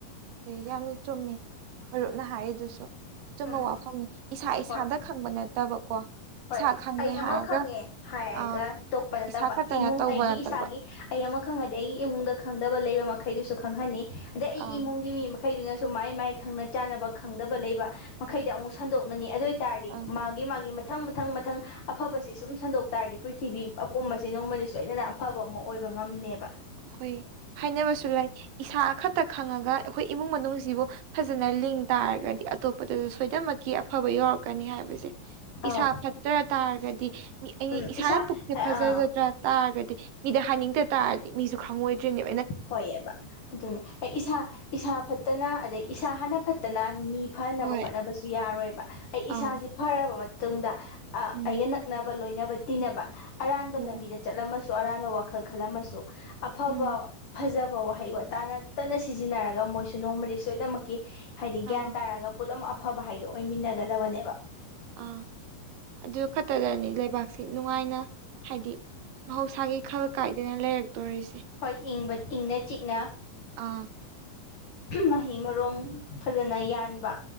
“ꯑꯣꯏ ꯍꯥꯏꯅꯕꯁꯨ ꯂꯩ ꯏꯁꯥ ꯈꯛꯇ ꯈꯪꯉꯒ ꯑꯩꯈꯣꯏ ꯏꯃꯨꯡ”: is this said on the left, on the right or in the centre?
Right